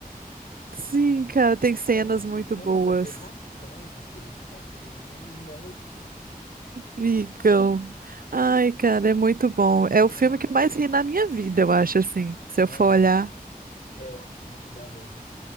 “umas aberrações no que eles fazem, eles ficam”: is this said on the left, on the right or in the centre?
Left